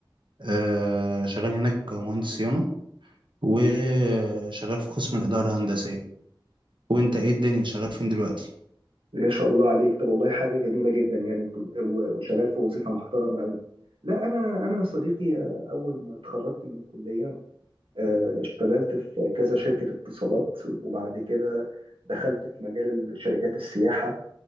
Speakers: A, on the right; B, on the right.
A: آه، شغال هناك مهندس صيانة وشغال في قسم الإدارة الهندسية وأنت إيه الدنيا شغال فين دلوقتي؟
B: ما شاء الله عليك طب والله حاجة جميلة جدا يعني و- وشغال في وظيفة محترمة قوي لا انا انا يا صديقي آه، اول ما اتخرجت من الكلية آه، اشتغلت في كذا شركة اتصالات وبعد كده دخلت في مجال شركات السياحة